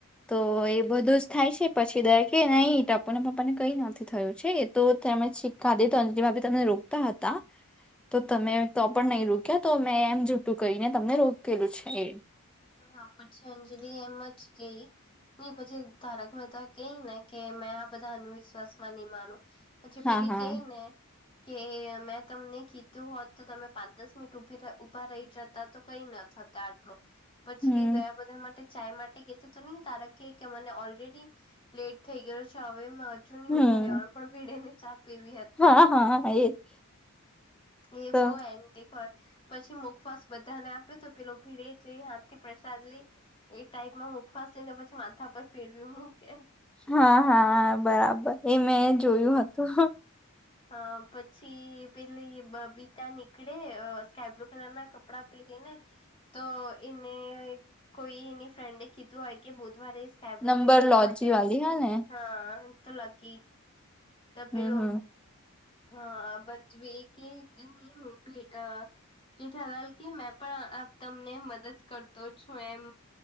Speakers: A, in the centre; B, on the left.
A: તો એ બધું જ થાય છે પછી દાય કે નહી ટપુ ના પપ્પાને કઈ નથી થયું છે તો તમે છી ખાદી તો અજંલી ભાભી તમને રોકતા હતા તો તમે તો પણ નહીં રોક્યા તો મેં એમ જૂઠું કહીને તમને રોકેલું છે એ
B: હા પછી અંજલિ એમ જ ગઈ પછી તા રક કે ને કે મેં આ બધા અંધવિશ્વાસમાં નહી પછી
A: હા
B: પેલી
A: હા
B: કેઈ ને કે મેં તમને કીધું હોત તો તમે પાંચ દસ મિનિટભી ઉભા રહી જત તો કઈ ન થતા આટલું પછી
A: હમ
B: દયા બધા માટે ચાય માટે કેતી તો નહીં તારક કે કે મને ઓલરેડી લેટ થઈ ગયો છે હવે મેં હજુ નહી
A: હમ
B: ઉઊભો રહેવાનું પણ ભીડે ને ચા પીવી હતી
A: હા હા એ <inaudible>
B: એ
A: તો
B: બહ એ <inaudible> હોય પછી મુખવાસ બધાને આપ્યો તો પેલો ભીડે જ લઈ હાથ થી પ્રસાદ લઈ એ ટાઈપ માં મુખવાસીઈ ને પછી માથા પર ફેરવી મૂકે
A: હા હા બરાબર એ મેં જોયું હતું
B: અ પછી પેલી બબીતા નીકળે સ્કબ્લુ કલર ના કપડા ને તો એને કોઈ એની ફ્રેન્ડ કીધું હોય કે બુધવારે કેબલુ
A: નંબર
B: પીતી એના
A: લોજી
B: માટે
A: વાલી હા ને
B: હા તો લગ ક તો <inaudible>
A: હમ હમ
B: હા બજવે કે જની હ ભ <inaudible> જેઠલાલ ક મેં પણ તમને મદદ કર છ એમ